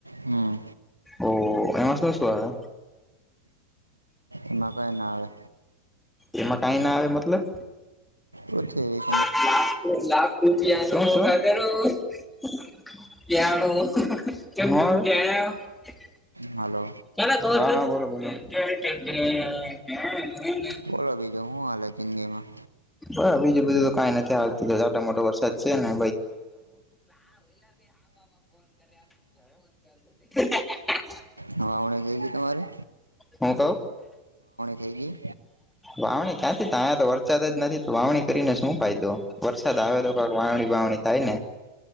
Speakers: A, on the right (about 85°); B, in the centre.
A: હમ
B: ઓહ એમાં શું શું આવે.
A: એમાં કંઈ ના આવે.
B: એમાં કઈ ના આવે મતલબ.
A: ઓ ઠીક
B: <unintelligible> <unintelligible>
A: હાલો
B: હા હા, બોલો બોલો <unintelligible>
A: બોલો બીજું હું આવે જિંદગી માં.
B: હ બીજું બધું તો કંઈ નથી આવતું ઝટા મોટો વરસાદ છે ને <unintelligible> <unintelligible>
A: હા આપણે ગઈ કે તમારે.
B: હું કહો.
A: થઈ ગઈ
B: વાવણી ક્યાંથી ત તંયા તો વરસાદ જ નથી તો વાવણી કરીને શું ફાયદો વરસાદ આવે તો કક વાવણી વાવણી થાય ને.